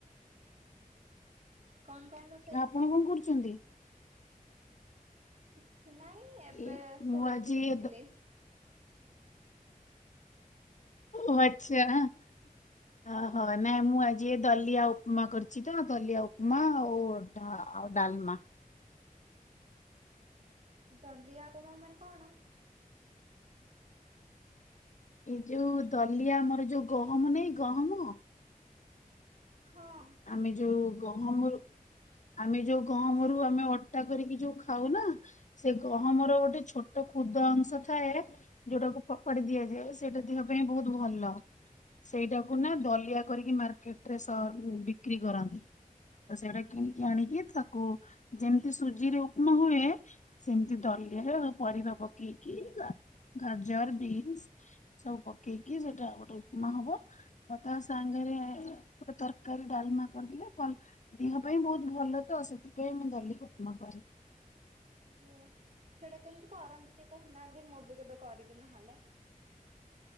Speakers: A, on the right (about 50°); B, on the left (about 55°).
A: କଣ କଣ ର
B: ନା ଆପଣ କଣ କରୁଛନ୍ତି?
A: କିଛି ନାହିଁ ଏବେ
B: ଏ
A: ଶୋଇକି
B: ମୁଁ ଆଜି
A: ଉଠିଲେ।
B: ଏ ଦ ଓ ଆଚ୍ଛା। ଓହୋ ନାଇଁ ମୁଁ ଆଜି ଦଲିଆ ଉପମା କରିଚି ତ ଦଲିଆ ଉପମା ଆଉ ଧ-ଆଉ ଡାଲ୍ମା।
A: ଦଲିଆ ଉପମା ମାନେ କଣ?
B: ଏଇ ଯଉ ଦଲିଆ ଆମର ଯଉ ଗହମ ନାଇଁ ଗହମ?
A: ହଁ।
B: ଆମେ ଯଉ ଗହମରୁ ଆମେ ଯଉ ଗହମରୁ ଆମେ ଅଟା କରିକି ଯଉ ଖାଉ ନା ସେ ଗହମର
A: ହଁ
B: ଗୋଟେ ଛୋଟ ଖୁଦ ଅଂଶ ଥାଏ ଯଉଟାକୁ ଫୋପାଡି ଦିଆଯାଏ ସେଇଟା ଦେହ ପାଇଁ ବହୁତ୍ ଭଲ। ସେଇଟାକୁ ନା ଦଲିଆ କରିକି ମାର୍କେଟ୍ ରେ ସର୍- ବିକ୍ରି କରନ୍ତି। ତ ସେଇଟା କିଣିକି ଆଣିକି ତାକୁ ଯେମିତି ସୁଜି ରେ ଉପମା ହୁଏ ସେମିତି ଦଲିଆରେ ପରିବା ପକେଇକି ଗା- ଗାଜର୍, ବିନ୍ସ୍ ସବୁ ପକେଇକି ସେଇଟା ଗୋଟେ ଉପମା ହବ ଆଉ ତା ସାଙ୍ଗେରେ ଗୋଟେ ତରକାରୀ ଡାଲ୍ମା କରିଦେଲେ ଭଲ- ଦେହ ପାଇଁ ବହୁତ୍ ଭଲ ତ ସେଥିପାଇଁ ମୁଁ ଦଲିଆ କୁ ଉପମା କରେ।
A: <unintelligible> ସେଇଟା କେମିତି କରନ୍ତି ଟିକେ କହୁନାହାନ୍ତି ମୁଁ ବି କେବେ କରିବି ନହେଲେ?